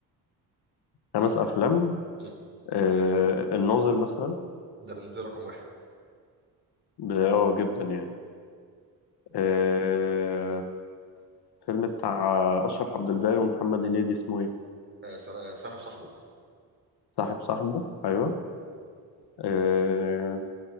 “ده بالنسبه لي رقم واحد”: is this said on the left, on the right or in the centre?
Right